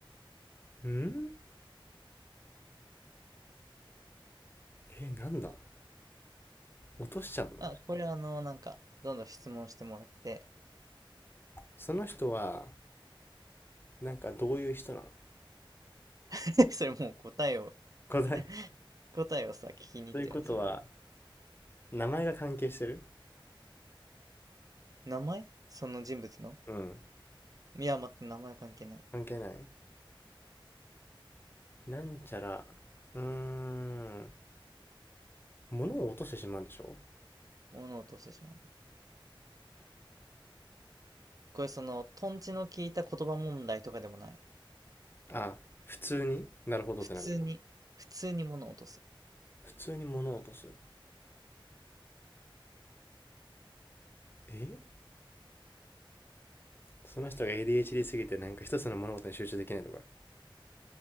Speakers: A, on the left; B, on the right.
A: うんえー、なんだ落としちゃうの
B: あ、これあのなんか、どんどん質問してもらって、
A: その人はなんかどういう人なの
B: <laughs> それもう答えを
A: 答え
B: <laughs> 答えをさ、聞きに行ってるね、
A: ということは
B: それは。
A: 名前が関係してる
B: 名前その人物の
A: うん
B: いや、待って、名前関係ない。
A: 関係ないなんちゃらうーん物を落としてしまうんでしょ
B: 物を落としてしまうね。これ、その、トンチの効いた言葉問題とかでもない。
A: あ普通になるほどってなる
B: 普通に、普通に物を落とす。
A: 普通に物を落とすえその人が ADHD すぎてなんか一つの物事に集中できないとか、